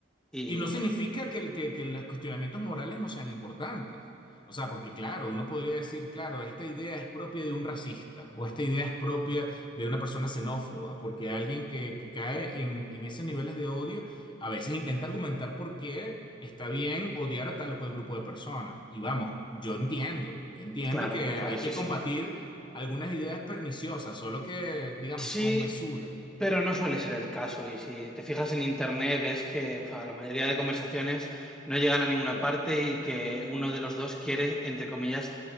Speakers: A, in the centre; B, on the left (about 25°).
A: Y
B: Y no significa
A: bueno,
B: que, el, que, que los cuestionamientos morales no sean importantes. O sea, porque claro, uno podría decir, claro, esta idea es propia de un racista o esta idea es propia de una persona xenófoba, porque alguien que, que cae en, en esos niveles de odio a veces intenta argumentar por qué está bien odiar a tal o cual grupo de personas. Y vamos, yo entiendo, yo entiendo
A: claro,
B: que hay
A: claro, sí,
B: que
A: sí.
B: combatir algunas ideas perniciosas, solo que, digamos,
A: Sí,
B: con mesura.
A: Pero no suele ser el caso y si te fijas en internet ves que fa, la mayoría de conversaciones no llegan a ninguna parte y que uno de los dos quiere, entre comillas,